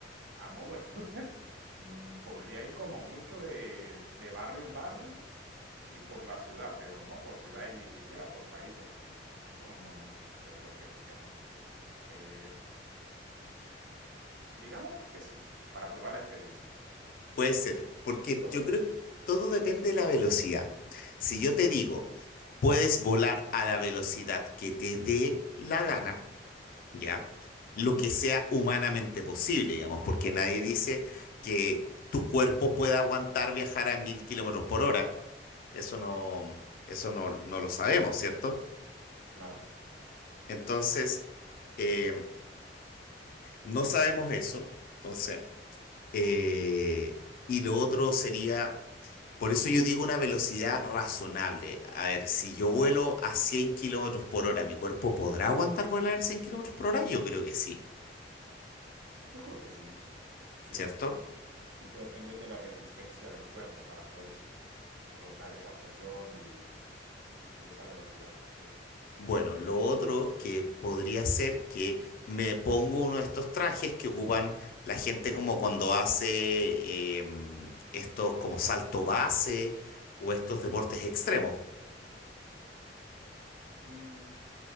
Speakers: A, on the right; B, on the left.
A: a modo <laughs> scooter, mm, podría ir como mucho de, de barrio en barrio y por la ciudad, pero no por ciudades ni siquiera por países. No, no, no, yo creo que que no. Eh, digamos que sí, para probar la experiencia. Sí,
B: Puede ser, porque
A: yo lo
B: yo
A: haría,
B: creo que todo depende de la velocidad. Si yo te digo, puedes volar a la velocidad que te dé la gana, ¿ya? Lo que sea humanamente posible, digamos, porque nadie dice que tu cuerpo pueda aguantar viajar a mil kilómetros por hora. Eso no, eso no, no lo sabemos, ¿cierto?
A: claro,
B: Entonces, eh, no sabemos eso. Entonces. Eh, y lo otro sería, por eso yo digo una velocidad razonable. A ver, si yo vuelo a 100 kilómetros por hora, ¿mi cuerpo podrá aguantar volar a 100 kilómetros por hora? Yo creo que sí,
A: yo creo que sí, sí.
B: ¿cierto?
A: que tú dependes de la resistencia del cuerpo para poder soportar esa presión y, y, y esa velocidad, sí.
B: Bueno, lo otro que podría ser que me pongo uno de estos trajes que ocupan la gente como cuando hace em, estos como salto base o estos deportes extremos.
A: Mm,